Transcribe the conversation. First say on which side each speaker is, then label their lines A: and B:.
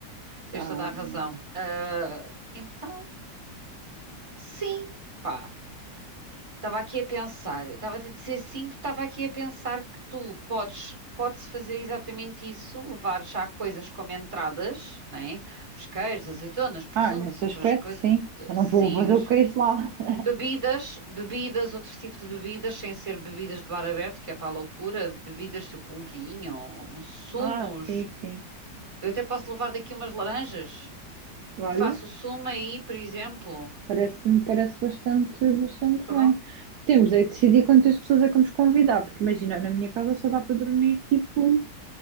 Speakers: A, on the right (about 20°); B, on the right (about 70°).
A: Tens
B: Ah,
A: toda
B: hum.
A: a razão. Ah, então, sim, pá. Estava aqui a pensar, estava-te a dizer sim, porque estava aqui a pensar que tu podes, podes fazer exatamente isso, levar já coisas como entradas, né? Os queijos, azeitonas, presuntos,
B: Ah, nesse
A: outras
B: aspecto,
A: coisas,
B: sim. Eu não
A: sim,
B: vou fazer
A: os-
B: o queijo lá. <laughs>
A: bebidas, bebidas, outros tipos de bebidas, sem ser bebidas de bar aberto, que é para a loucura, bebidas tipo um vinho, uns sumos.
B: Ah, sim, sim.
A: Eu até posso levar daqui umas laranjas
B: Olha.
A: e faço o sumo aí, por exemplo.
B: Parece-me, parece bastante, bastante
A: Pronto.
B: bem. Temos aí de decidir quantas pessoas é que vamos convidar, porque imagina, na minha casa só dá para dormir tipo